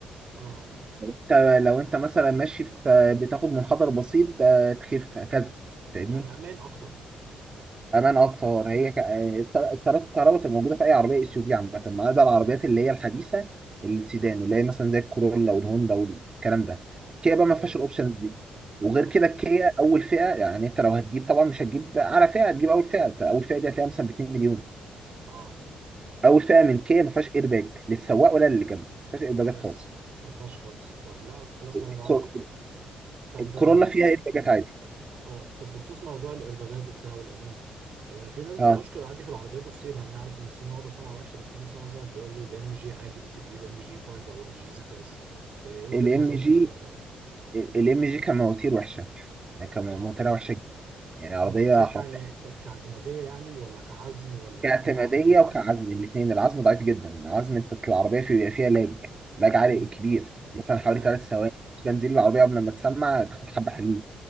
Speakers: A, on the right; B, on the right.
A: اه
B: انت لو انت مثلا ماشي في بتاخد منحدر بسيط آه، تخف هكذا فاهمني
A: يعني امان اكتر
B: امان اكتر هي ك- آه، الطارات الكهرباء تبقى موجوده في اي عربيه اس يو في عامه ما عدا العربيات اللي هي الحديثه السيدان اللي هي مثلا زي الكورولا والهوندا والكلام ده الكيا بقى
A: طب
B: ما فيهاش
A: اه
B: الاوبشنز دي وغير
A: اه
B: كده الكيا اول فئه يعني انت لو هتجيب طبعا مش هتجيب اعلى فئه هتجيب اول فئه أنت اول فئه دي هتلاقيها مثلا ب 2 مليون
A: آه،
B: اول فئه من كيا ما فيهاش ايرباج للسواق ولا للي جنبه ما فيهاش ايرباجات
A: ولا
B: خالص
A: س- ما فيهاش خالص طب لا خلاص
B: الكور-
A: نبعد عنها طب
B: الكورولا
A: آه، بخصوص
B: فيها ايرباجات عادي
A: اه طب بخصوص موضوع الإيرباجات وبتاع والأمان آه في ناس بتشكر
B: اه
A: عادي في العربيات الصين أنا عارف إن الصين واخدة سمعة وحشة بس في ناس مثلا بيقول لي الإم جي عادي ممكن تجيب إم جي 5 أو إم جي زد إس آه، إيه وجهة
B: الام
A: نظرك
B: جي
A: للحوار ده؟
B: الام جي كان مواتير وحشه يعني كان موتورها
A: اه
B: وحشه جدا يعني عربيه
A: كمواتير
B: حرفيا
A: كع... ك... كاعتمادية يعني ولا كعزم ولا
B: كاعتمادية
A: قطع غيار؟
B: وكعزم الاثنين العزم ضعيف جدا عزم انت العربية في بيبقى فيها لاج لاج عالي
A: مم.
B: كبير مثلا حوالي
A: تمام
B: ثلاث ثواني بنزين العربية قبل ما تسمع تاخد حبة حليب